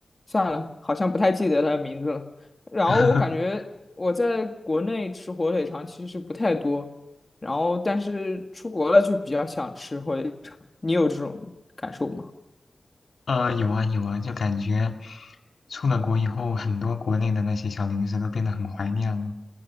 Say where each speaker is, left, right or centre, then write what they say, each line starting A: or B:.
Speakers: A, on the left; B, on the left.
A: 算了，好像不太记得它的名字了。然后我感觉我在国内吃火腿肠其实不太多，
B: <laughs>
A: 然后但是出国了就比较想吃火腿肠。你有这种感受吗？
B: 呃，有啊有啊，就感觉出了国以后，很多国内的那些小零食都变得很怀念了。